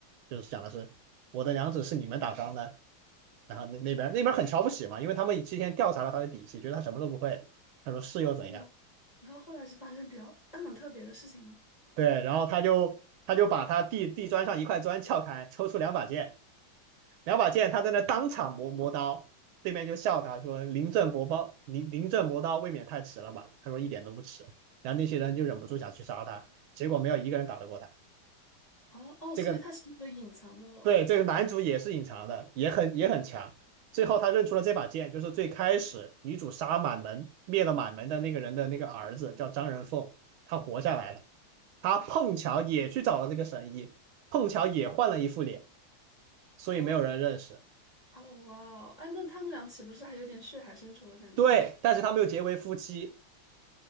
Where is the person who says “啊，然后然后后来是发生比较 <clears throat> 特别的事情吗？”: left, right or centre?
Left